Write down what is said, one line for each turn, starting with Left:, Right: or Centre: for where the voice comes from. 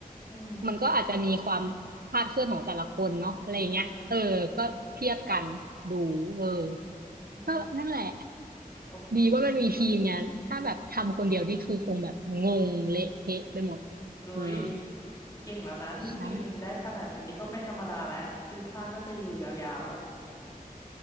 Left: อืม
Right: มันก็อาจจะมีความ คาดเคลื่อนของแต่ละคนเนาะอะไรอย่างเงี้ยเออ
Left: เออ
Right: ก็เทียบกันดู เออ
Left: อืม
Right: ก็นั่นแหละ
Left: โอเค
Right: ดีว่ามันมีทีมไงถ้าแบบทำคนเดียวนี่คือคงแบบงงเละเทะไปหมด
Left: โดย
Right: อืม
Left: เก่งแล้วนะนี่ปีหนึ่งได้ขนาดนี้นี่ก็ไม่ธรรมดาแล้วดูท่าน่าจะอยู่ยาว
Right: ใช่ <laughs>